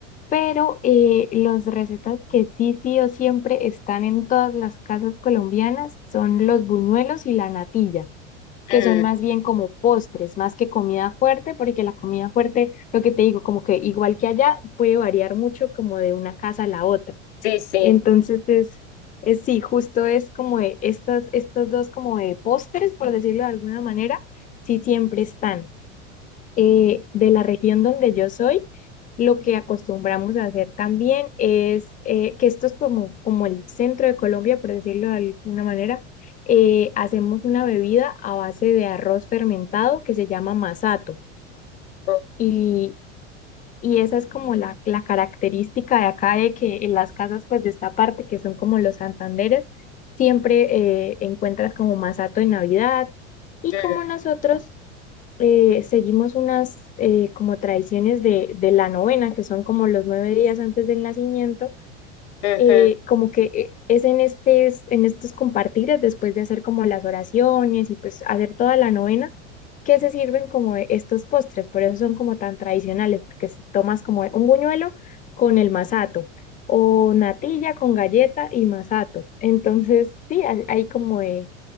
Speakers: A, on the left (about 25°); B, on the left (about 70°).
A: pero eh, las recetas que sí, sí o siempre están en todas las casas colombianas son los buñuelos y la natilla que
B: Mm,
A: son más bien como postres, más que comida fuerte, porque la comida fuerte, lo que te digo, como que igual que allá, puede variar mucho como de una casa a la otra.
B: sí, sí.
A: Entonces es, es sí, justo es como de estas, estos dos como de postres, por decirlo de alguna manera, sí siempre están. Eh, de la región donde yo soy, lo que acostumbramos a hacer también es eh, que esto es como, como el centro de Colombia, por decirlo de alguna manera. eh, hacemos una bebida a base de arroz fermentado que se llama masato.
B: Ok.
A: Y, y esa es como la, la característica de acá, de que en las casas pues de esta parte, que son como los Santanderes, siempre eh, encuentras como masato en Navidad. Y
B: Mm,
A: como nosotros eh, seguimos unas eh, como tradiciones de, de la novena, que son como los nueve días antes del nacimiento,
B: ujú,
A: eh, como que eh, es en, estes, en estos compartires, después de hacer como las oraciones y pues hacer toda la novena, que se sirven como estos postres, por eso son como tan tradicionales, porque si tomas como un buñuelo con el masato o natilla con galleta y masato. Entonces, sí, hay, hay como eh,